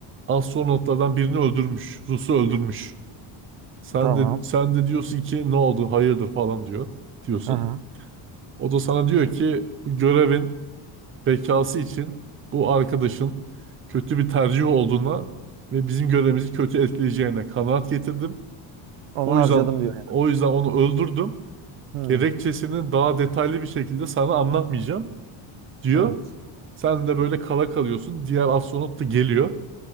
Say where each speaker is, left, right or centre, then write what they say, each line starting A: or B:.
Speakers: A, on the right (about 25°); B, on the right (about 85°).
A: astronotlardan birini öldürmüş, Rus'u öldürmüş. Sen
B: Tamam.
A: de sen de diyorsun ki ne oldu, hayırdır falan diyor diyorsun.
B: Hı hı.
A: O da sana diyor ki bu görevin bekası için bu arkadaşın kötü bir tercih olduğuna ve bizim görevimizi kötü etkileyeceğine kanaat getirdim.
B: Onu
A: O
B: harcadım
A: yüzden
B: diyor yani.
A: o yüzden onu öldürdüm.
B: Hmm.
A: Gerekçesini daha detaylı bir şekilde sana anlatmayacağım. diyor.
B: Evet.
A: Sen de böyle kala kalıyorsun. Diğer astronot da geliyor.